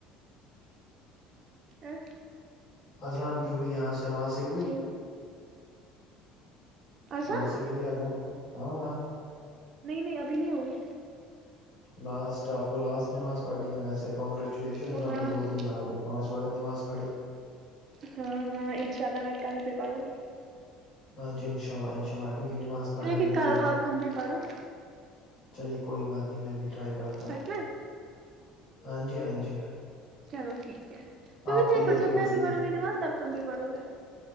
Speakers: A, on the right (about 50°); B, on the left (about 55°).
A: ہے
B: اذان بھی ہوئی یہاں سے وہاں سے ہوئی
A: جی آجان
B: وہاں سے ہوئی اذان ہاں ہاں
A: نہیں نہیں ابھی نہیں ہوئے
B: لاسٹ آپ کو لاسٹ نماز پڑھنی ہے ویسے کانگریچولیشن
A: ہاں
B: آپ
A: ہاں
B: نے دو دن برابر پانچ وقت نواز پڑی
A: ہاں ہاں انشاء اللہ میں کل بھی پڑوں گی
B: ہاں جی ان شاء اللہ ان شاء اللہ کیونکہ نماز پڑھنی
A: لیکن
B: ضروری
A: کل اور
B: ہے
A: تم بھی پڑھو
B: چلیے کوئی بات نہیں میں بھی ٹرائی کرتا
A: سچ
B: ہوں
A: میں
B: ہاں جی ہاں جی
A: چلو ٹھیک ہے کیونک
B: آپ کے
A: دیکھو
B: لیے
A: جب
B: تو کچھ
A: میں بھی پڑو گی نواز تب تم بھی پڑو گے